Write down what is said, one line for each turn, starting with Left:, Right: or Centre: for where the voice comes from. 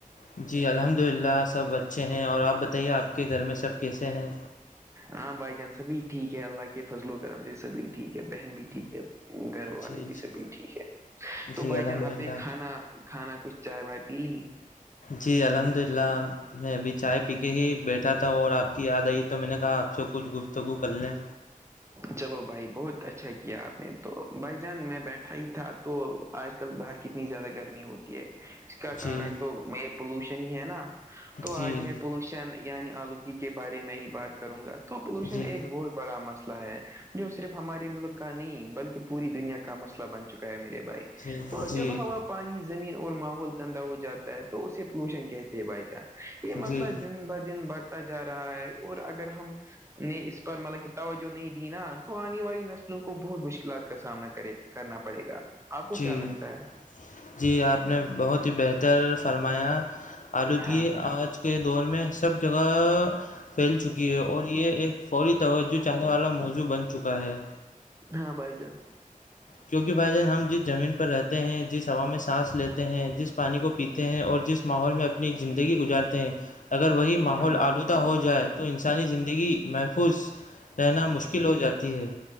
Left: جی الحمد للہ سب اچھے ہیں اور آپ بتائیے آپ کے گھر میں سب کیسے ہیں
Right: ہاں بھائی جان سبھی ٹھیک ہے اللہ کے فضل و کرم سے سبھی ٹھیک ہے بہن بھی ٹھیک ہے گھر والے
Left: جی
Right: بھی
Left: جی
Right: سبھی ٹھیک ہے تو
Left: جی
Right: بھائی
Left: الحمد
Right: جان آپ
Left: للہ
Right: نے کھانا کھانا کچھ چائے وائے پی لی
Left: جی الحمد للہ میں ابھی چائے پی کہ ہی بیٹھا تھا اور آپ کی یاد آئی تو میں نے کہا آپ سے کچھ گفتگو کر لیں
Right: چلو بھائی بہت اچھا کیا آپ نے تو بھائی جان میں بیٹھا ہی تھا تو آج کل باہر کتنی زیادہ گرمی ہوتی ہے اس کا
Left: جی
Right: کارن تو میں پولوشن ہی ہے نا تو
Left: جی
Right: آج میں پولوشن یعنی آلودگی کے بارے میں ہی بات کروں گا تو پولوشن
Left: جی
Right: ایک بہت بڑا مسئلہ ہے جو صرف ہمارے ملک کا نہیں بلکہ پوری دنیا کا مسئلہ بن چکا ہے میرے بھائی
Left: جی
Right: تو
Left: جی
Right: جب ہوا پانی زمین اور ماحول گندا ہو جاتا ہے تو اسے پولوشن کہتے ہیں بھائی جان یہ مسئلہ
Left: جی
Right: دن ب دن بڑھتا جا رہا ہے اور اگر ہم نے اس پر مل کتا ہو جو نہیں دی نا تو آنے والی نسلوں کو بہت مشکلات کا سامنا کرے کرنا پڑے گا آپ کو
Left: جی
Right: کیا لگتا ہے
Left: جی آپ نے بہت ہی بہتر فرمایا آلودگی
Right: ہاں
Left: آج کے دور میں سب جگہ پھیل چکی ہے اور یہ ایک فوری توجہ چ آنے والا موضوع بن چکا ہے
Right: ہاں بھائی جان
Left: کیونکہ بھائی جان ہم جیت زمین پر رہتے ہیں جس ہوا میں سانس لیتے ہیں جس پانی کو پیتے ہیں اور جس ماحول میں اپنی زندگی گزارتے ہیں اگر وہی ماحول
Right: ہاں بھائی
Left: آلودہ ہو جائے تو انسانی زندگی محفوظ رہنا مشکل ہو جاتی ہے